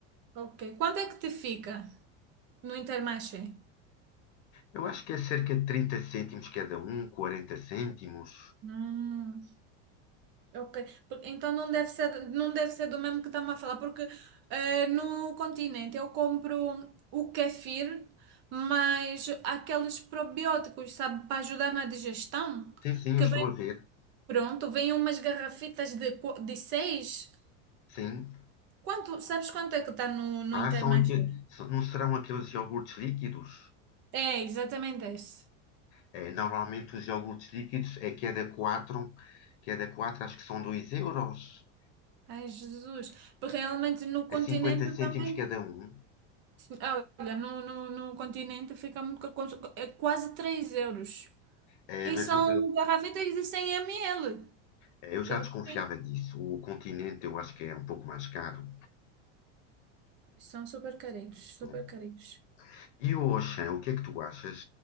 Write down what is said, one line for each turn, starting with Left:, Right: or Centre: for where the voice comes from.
Right: Ok. Quanto é que te fica no Intermarché?
Left: Eu acho que é cerca de 30 cêntimos cada um, 40 cêntimos.
Right: Hum, ok. Por- Então não deve ser, não deve ser do mesmo que estamos a falar, porque eh, no Continente eu compro o kefir, mas aqueles probióticos, sabe, para ajudar na digestão,
Left: Sim, sim, eu
Right: que
Left: estou
Right: vem
Left: a ver.
Right: pronto, vem umas garrafitas de, qu- de seis.
Left: Sim.
Right: Quanto, sabes quanto é que está no, no
Left: Ah,
Right: Intermarché?
Left: são aqueles, não serão aqueles iogurtes líquidos?
Right: É, exatamente esse.
Left: É, normalmente os iogurtes líquidos é cada 4, cada 4 acho que são 2 euros,
Right: Ai, Jesus. Porque realmente no continente
Left: É 50
Right: eu
Left: cêntimos
Right: também.
Left: cada um.
Right: ah, Olha, no, no, no continente fica muito. co- co- É quase 3 euros.
Left: É,
Right: E
Left: mas
Right: são
Left: o,
Right: garrafitas de 100 ml.
Left: Eh, Eu já
Right: Digo-te.
Left: desconfiava disso. O continente eu acho que é um pouco mais caro.
Right: São super carinhos, super
Left: Hum.
Right: carinhos.
Left: E o Auchan, o que é que tu achas?